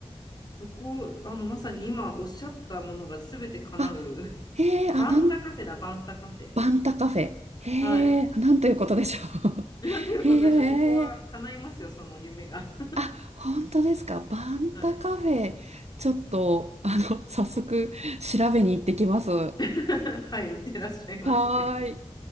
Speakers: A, on the left; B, on the right.
A: そこあの、まさに今おっしゃったものが全て叶う。
B: あ、
A: <laughs>
B: へえ、
A: あ、
B: あ、
A: バンタカフェだ、
B: なん、
A: バンタカフェ。
B: バンタカフェ。へ
A: はい。
B: え、あなんということでしょ
A: <laughs> なんていうことでしょう。
B: う。<laughs> へえ。
A: ここは叶いますよ、その夢が。
B: あ、本当ですか。バンタカフェ、
A: <laughs> はい。
B: ちょっと、あの、早速、調べに行ってきます。は
A: <laughs> はい、いってらっしゃいませ。
B: ーい。